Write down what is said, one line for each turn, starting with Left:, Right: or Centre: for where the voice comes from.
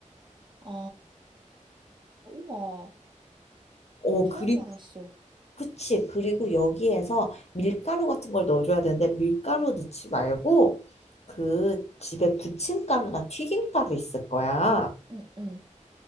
Right: 아, 우와.
Left: 어,
Right: 처음
Left: 그리,
Right: 알았어.
Left: 그치. 그리고 여기에서 밀가루 같은 걸 넣어줘야 되는데 밀가루 넣지 말고 그 집에 부침가루나 튀김가루 있을 거야.
Right: 응, 응,